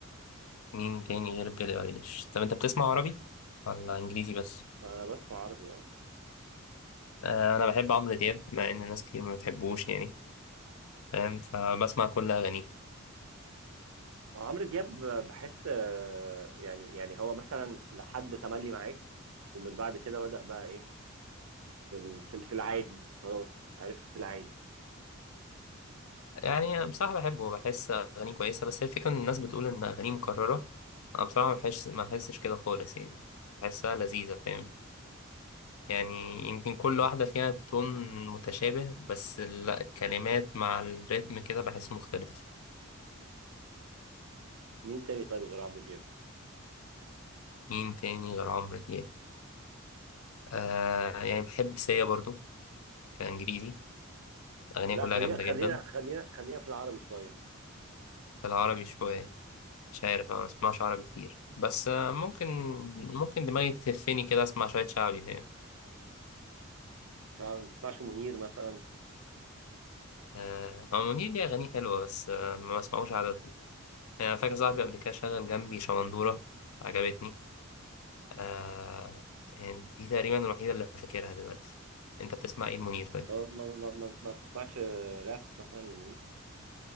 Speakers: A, on the left (about 80°); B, on the right (about 75°).
A: مين تاني غير بيلي ايليش طب انت بتسمع عربي ولا انجليزي بس
B: انا بسمع عربي اه
A: آه انا بحب عمرو دياب مع ان ناس كتير ما بتحبوش يعني فاهم فبسمع كل اغانيه
B: هو عمرو دياب بحس آه، يعني يعني هو مثلا لحد تملي معاك ومن بعد كده بدأ بقى ايه في ال- في ال- في العادي خلاص عارف في العادي
A: يعني بصراحة بحبه بحس أغانيه كويسة بس هي الفكرة إن الناس بتقول إن أغانيه مكررة أنا بصراحة ما بحس ما بحسش كده خالص يعني بحسها لذيذة فاهم يعني يمكن كل واحدة فيها تون متشابه بس لا الكلمات مع الريتم كده بحسه مختلف
B: مين تاني طيب غير عمرو دياب
A: مين تاني غير عمرو دياب آه يعني بحب سيا برضو كإنجليزي أغانيها
B: لا
A: كلها
B: خلينا
A: جامدة
B: خلينا
A: جدا
B: خلينا خلينا في العربي شوية
A: في العربي شوية مش عارف أنا ما بسمعش عربي كتير بس آه، ممكن ممكن دماغي تهفني كده أسمع شوية شعبي فاهم
B: مش عارف ما بتسمعش منير مثلا
A: آه، هو منير ليه أغانيه حلوة بس آه، ما بسمعوش عادة يعني أنا فاكر صاحبي قبل كده شغل جنبي شمندورة عجبتني آه يعني دي تقريبا الوحيدة اللي فاكرها دلوقتي أنت بتسمع إيه منير طيب؟
B: آه، ما ما ما ما بتسمعش آه، راب مثلا لمنير